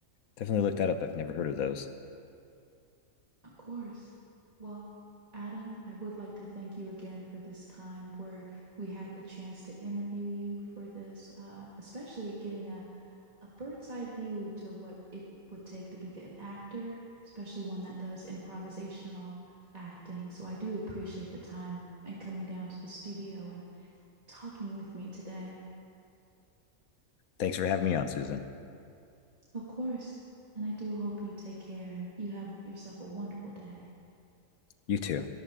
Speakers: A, on the left; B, on the right.
A: definitely look that up. I've never heard of those.
B: Of course. Well, Adam, I would like to thank you again for this time where we had the chance to interview you for this, uh, especially getting a, a bird's eye view to what it would take to be an actor, especially one that does improvisational acting. So I do appreciate the time and coming down to the studio and talking with me today.
A: Thanks for having me on, Susan.
B: Of course. And I do hope you take care and you have yourself a wonderful day.
A: You too.